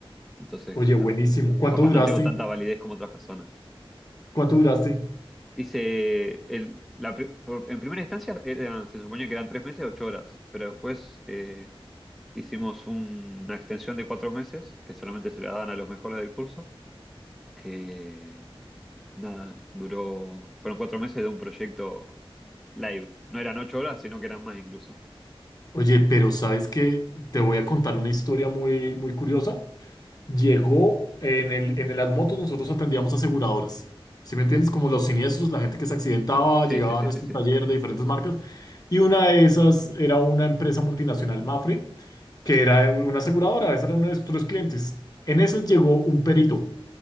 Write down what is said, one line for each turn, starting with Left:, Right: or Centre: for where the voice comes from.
Centre: Entonces,
Left: Oye,
Centre: claro,
Left: buenísimo. ¿Cuánto
Centre: capaz
Left: duraste?
Centre: no tengo tanta validez como otras personas.
Left: ¿Cuánto duraste?
Centre: Hice, el, la, pri- por- en primera instancia eran- se suponía que eran tres meses, ocho horas, pero después eh, hicimos un- una extensión de cuatro meses, que solamente se la daban a los mejores del curso, que nada, duró, fueron cuatro meses de un proyecto live. No eran ocho horas, sino que eran más incluso.
Left: Oye, pero sabes que te voy a contar una historia muy, muy curiosa. Llegó en el, en las motos, nosotros atendíamos aseguradoras. ¿Sí me entiendes? Como los siniestros, la gente que se accidentaba,
Centre: Sí,
Left: llegaba
Centre: sí, sí,
Left: a nuestro
Centre: sí, sí.
Left: taller de diferentes marcas. Y una de esas era una empresa multinacional, Mafre, que era una aseguradora, esa era uno de nuestros clientes. En esas llegó un perito.